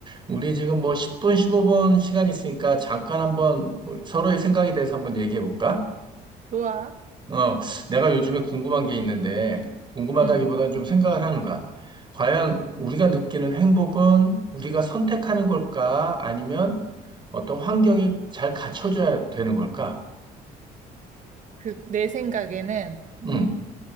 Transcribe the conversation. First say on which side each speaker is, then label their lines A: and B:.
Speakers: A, on the right (about 25°); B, on the right (about 45°).
A: 우리 지금 뭐 10분, 15분 시간 있으니까 잠깐 한번 우리 서로의 생각에 대해서 한번 얘기해 볼까?
B: 좋아.
A: 어, 내가 요즘에 궁금한 게 있는데, 궁금하다기보다는
B: 음.
A: 좀 생각을 하는 거야. 과연 우리가 느끼는 행복은 우리가 선택하는 걸까? 아니면 어떤 환경이 잘 갖춰줘야 되는 걸까?
B: 그, 내 생각에는
A: 음.